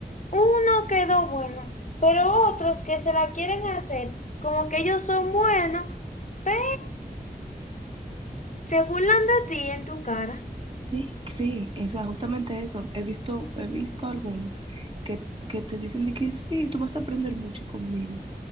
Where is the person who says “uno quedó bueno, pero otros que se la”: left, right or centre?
Left